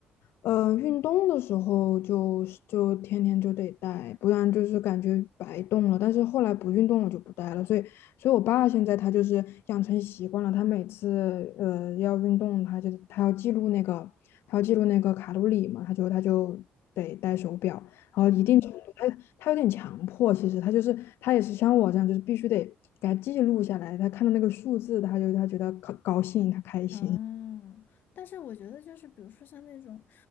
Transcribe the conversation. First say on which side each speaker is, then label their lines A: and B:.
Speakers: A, on the left; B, on the left.
A: 呃，运动的时候就是就天天就得戴，不然就是感觉白动了。但是后来不运动了就不戴了，所以，所以我爸现在他就是养成习惯了，他每次呃要运动，他就他要记录那个他要记录那个卡路里嘛，他就他就得戴手表，然后一定程度他他有点强迫，
B: <laughs> 嗯。
A: 其实他就是他也是像我这样，就是必须得给他记录下来，他看到那个数字，他就他觉得高高兴，他开心。
B: 哦，但是我觉得就是，比如说像那种，